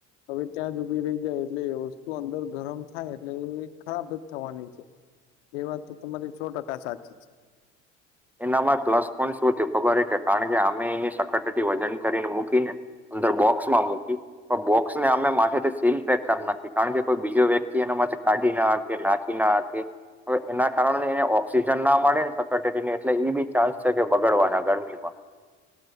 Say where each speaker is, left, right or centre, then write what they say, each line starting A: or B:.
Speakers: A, on the left; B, in the centre.
A: હવે ત્યાં જ ઉભી રહી જાય એટલે એ વસ્તુ અંદર ગરમ થાય એટલે એ ખરાબ જ થવાની છે એ વાત તો તમારી છો ટકા સાચી જ.
B: એનામાં પ્લસ પોઈન્ટ શું થયું ખબર હ કે. કારણ કે અમે એની સખટ. વજન કરીને મૂકીને અંદર બોક્સમાં મૂકી બોક્સને અમે માથે સીલ પેક કરી નાખી કારણ કે કોઈ બીજો વ્યક્તિ એનાથે કાઢી નાકે નાખી નાખકે હવે એના કારણે એને ઓક્સિજન ના મળે ને સકને એટલે એ બી ચાન્સ છે કે બગડવાના ગરમીમાં